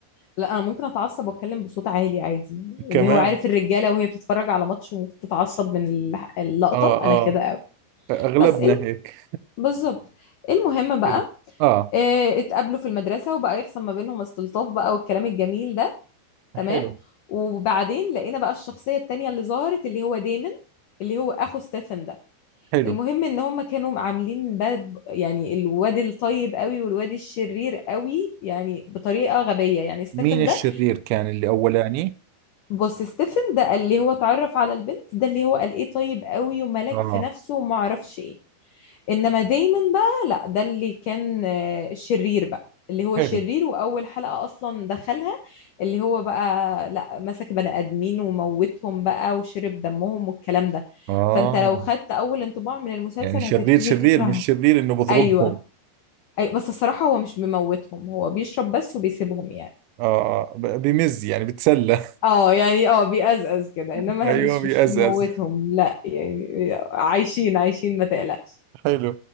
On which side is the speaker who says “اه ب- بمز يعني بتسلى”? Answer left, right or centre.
Right